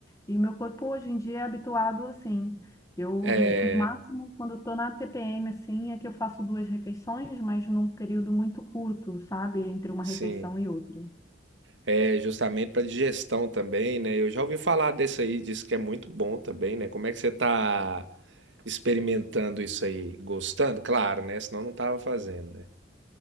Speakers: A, on the left; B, on the right.
A: E o meu corpo hoje em dia é habituado assim. Eu, o
B: É,
A: máximo, quando eu tô na TPM, assim, é que eu faço duas refeições, mas num período muito curto, sabe? Entre uma
B: sim.
A: refeição e outra.
B: É justamente pra digestão também, né? Eu já ouvi falar desse aí, diz que é muito bom também, né? Como é que você tá experimentando isso aí? Gostando? Claro, né? Senão não tava fazendo, né?